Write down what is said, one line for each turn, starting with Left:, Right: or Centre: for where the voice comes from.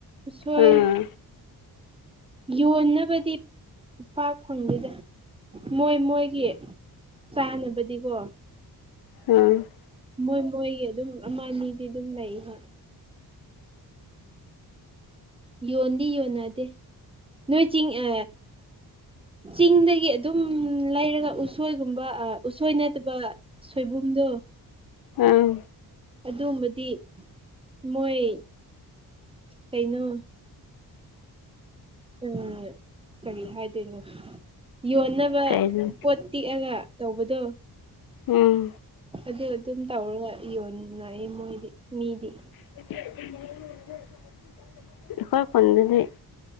Right: ꯎꯁꯣꯏ
Left: ꯎꯝ
Right: ꯌꯣꯟꯅꯕꯗꯤ ꯄꯥꯛ ꯐꯪꯗꯦꯗ ꯃꯣꯏ ꯃꯣꯏꯒꯤ ꯆꯥꯅꯕꯗꯤꯀꯣ
Left: ꯎꯝ
Right: ꯃꯣꯏ ꯃꯣꯏꯒꯤ ꯑꯗꯨꯝ ꯑꯃ ꯑꯅꯤꯗꯤ ꯑꯗꯨꯝ ꯂꯩ ꯍꯣꯏ ꯌꯣꯟꯗꯤ ꯌꯣꯟꯅꯗꯦ ꯅꯣꯏ ꯆꯤꯡ ꯑ ꯆꯤꯡꯗꯒꯤ ꯑꯗꯨꯝ ꯂꯩꯔꯒ ꯎꯁꯣꯏꯒꯨꯝꯕ ꯑ ꯎꯁꯣꯏ ꯅꯠꯇꯕ ꯁꯣꯏꯕꯨꯝꯗꯣ
Left: ꯎꯝ
Right: ꯑꯗꯨꯝꯕꯗꯤ ꯃꯣꯏ ꯀꯩꯅꯣ? ꯎꯝ ꯀꯔꯤ ꯍꯥꯏꯗꯣꯏꯅꯣ ꯌꯣꯟꯅꯕ
Left: ꯀꯩꯅꯣ
Right: ꯄꯣꯠ ꯇꯤꯛꯑꯒ ꯇꯧꯕꯗꯣ
Left: ꯑꯥ
Right: ꯑꯗꯨ ꯑꯗꯨꯝ ꯇꯧꯔꯒ ꯌꯣꯟꯅꯥꯏꯑꯦ ꯃꯣꯏꯗꯤ ꯃꯤꯗꯤ
Left: <unintelligible> ꯑꯈꯣꯏ ꯈꯨꯟꯗꯗꯤ